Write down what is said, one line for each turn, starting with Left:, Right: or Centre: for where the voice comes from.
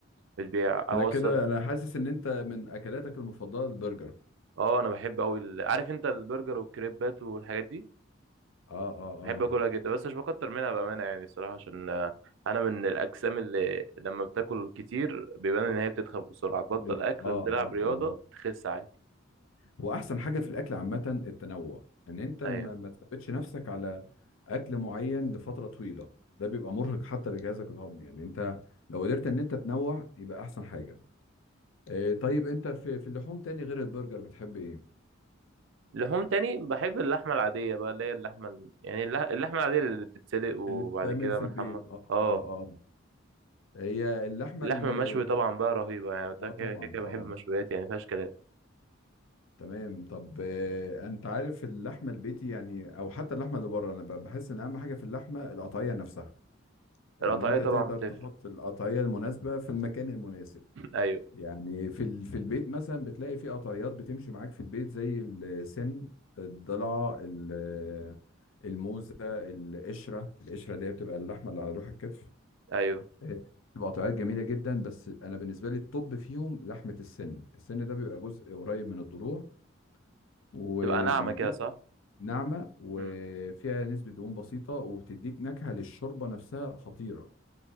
Right: بتبيع او
Left: انا كده
Right: أص-
Left: انا حاسس ان انت من اكلاتك المفضلة البرجر
Right: اه انا بحب اوي ال- عارف انت البرجر والكريبات والحاجات دي
Left: اه اه
Right: بحب
Left: اه
Right: اكلها جدا بس مش بكتر منها بامانه يعني الصراحه عشان آه، انا من الاجسام اللي لما بتاكل كتير بيبان ان هي بتتخن بسرعه تبطل
Left: ب-
Right: اكل
Left: اه
Right: وتلعب
Left: اه
Right: رياضه
Left: اه
Right: بتخس عادي
Left: واحسن حاجه في الاكل عامه التنوع ان انت ما
Right: ايوه
Left: ما تثبتش نفسك على اكل معين لفتره طويله ده بيبقى مرهق حتى لجهازك الهضمي يعني انت لو قدرت ان انت تنوع يبقى احسن حاجه إيه طيب انت في في اللحوم تاني غير البرجر بتحب ايه
Right: لحوم تاني بحب اللحمه العاديه بقى اللي هي اللحمه ال- يعني اللح- اللحمه العاديه اللي بتتسلق وبعد
Left: اللي بتتعمل
Right: كده
Left: في
Right: بنحمر
Left: البيت اه
Right: اه
Left: اه اه هي اللحمه
Right: اللحم
Left: اللي
Right: المشوي
Left: البيت
Right: طبعا بقى رهيبه يعني ده
Left: اه
Right: كده
Left: طبعا
Right: كده كده بحب
Left: طبعا
Right: المشويات يعني مفيهاش كلام
Left: تمام طب آه، انت عارف اللحمه البيتي يعني او حتى اللحمه اللي بره انا ب- بحس ان اهم حاجه في اللحمه القطعيه نفسها ان
Right: القطعيه
Left: انت
Right: طبعا
Left: تقدر
Right: بتفرق
Left: تحط القطعيه المناسبه في المكان المناسب
Right: <clears throat> <laughs> ايوه
Left: يعني في ال- في البيت مثلا بتلاقي في قطعيات بتمشي معاك في البيت زي السن الضلعه ال- الموزه القشره القشره اللي هي بتبقى اللحمه اللي على لوح الكتف
Right: ايوه
Left: آه، بتبقى قطعيات جميله جدا بس انا بالنسبه لي الطب فيهم لحمه السن السن ده بيبقى جزء قريب من الضلوع وبيديك
Right: تبقى ناعمه كده صح
Left: ناعمه وفيها
Right: امم
Left: نسبه دهون بسيطه وبتديك نكهه للشوربه نفسها خطيره